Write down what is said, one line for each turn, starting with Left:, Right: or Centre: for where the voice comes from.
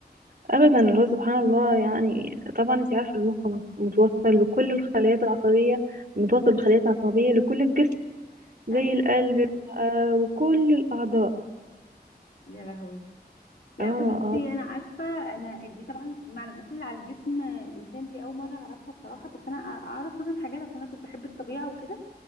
Right: ابدا اللي هو سبحان الله يعني طبعا انت عارفه المخ مت- متوصل بكل الخلايات العصبيه متوصل بالخلايا العصبيه لكل الجسم زي
Left: اي
Right: القلب آه وكل الاعضاء
Left: يا لهوي لا
Right: اه
Left: بصي
Right: اه
Left: انا عارفه انا دي طبعا المعلومات اللي على الجسم الانسان دي اول مره اعرفها بصراحه بس انا اعرف مثلا حاجات عشان انا كنت بحب الطبيعه وكده